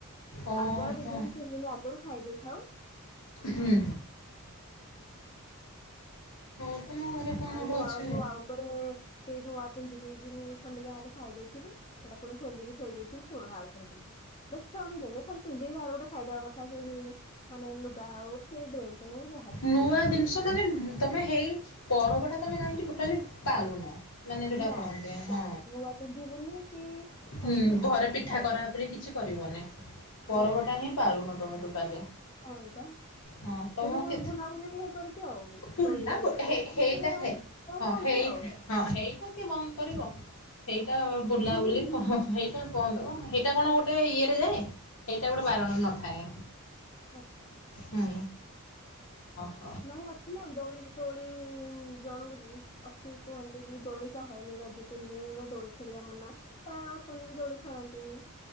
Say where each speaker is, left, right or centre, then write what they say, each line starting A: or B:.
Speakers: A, on the left; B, on the left.
A: ଓହୋ
B: ଆଗୁଆ ଦି ଦିନ ତିନି ଦିନ ଆଗରୁ ଖାଇ ଦେଇଥାଉ।
A: ହୁଁ। ହଉ ତୁମ ଘରେ କଣ
B: ଆଉ
A: ଗୋଟେ
B: ନୁଆ ନୂଆ ନୂଆ
A: ଅଛି
B: ଆଉ ଉପରେ ସେଇ ନୂଆ ପିନ୍ଧି ଦେଇକି ଖଣ୍ଡେ ଯାହାହଲେ ଖାଇ ଦେଇଥିବୁ। ସେଇଟା ପୁଣି ଖୋଲିକି ଥୋଇ ଦେଇଥିବୁ ପୁଣି ଆଉଥରେ ପିନ୍ଧିବୁ। ବେଶୀ କମ ବିଉନ ଖାଲି ପିନ୍ଧି ଯାହାର ଗୋଟେ ଖାଇଦବା କଥା ସେଇ ମାନେ ଲୁଗା ହଉ କି ଡ୍ରେସ ହୋଉ।
A: ନୂଆ ଜିନିଷ ମାନେ ତମେ ହେଇ ପରବଟା ତମେ ଜାଣିି ଟୋଟାଲି ପାଲୁନ। ମାନେ ଯୋଉଟା
B: ନାଇଁ
A: କହନ୍ତି ହଁ
B: ନାଇଁ ନୂଆ ପିନ୍ଧିବୁନି କି
A: ହୁଁ
B: କୌଣସି ମିଠା
A: ଘରେ
B: ବନା
A: ପିଠା
B: ଖାଇବୁନି
A: କରା ପାଇଁ କିଛି- କରିବନି ପରବଟା
B: ନାଇଁ
A: ହିଁ ପାଳୁନ ତମେ ଟୋଟାଲି
B: ନାଇଁ ପା
A: ହଁ। ତମ
B: କିନ୍ତୁ ମୁଁ
A: କି
B: ବୁଲାବୁଲି ଟିକେ ହେଇପାରୁଛି ଆଉ
A: ଫୁଲା
B: ଦୋଳି ଖେଳିବା
A: ହେଇଟା
B: ସେତିକି
A: ହେ ହଁ
B: ହଉଛି
A: ହେଇ
B: ଆଉ
A: ହେ। ହଁ ହେଇଟା କିଏ ବନ୍ଦ କରିବ ସେଇଟା ବୁଲାବୁଲି
B: ହଁ
A: ସେଇଟା ବନ୍ଦ କଣ ହେଇଟ ସେଇଟା କଣ ଗୋଟେ ଇଏରେ ଯାଏ ସେଇଟା ଗୋଟେ ବାରଣ ନଥାଏ।
B: କଥା
A: ହୁଁ ହ
B: ନାଇଁ ଅଛି ନା। ଦୋଳି ଦୋଳି ଜଣକ ଅଛି କୁହନ୍ତି କି ଦୋଳି ସହେନି ରଜ ତିନି ଦିନ ଦୋଳି ଖେଳିବା ମନା। ପ୍ରାୟ ଅଛନ୍ତି ବି ଦୋଳି ଖେଳନ୍ତିନି।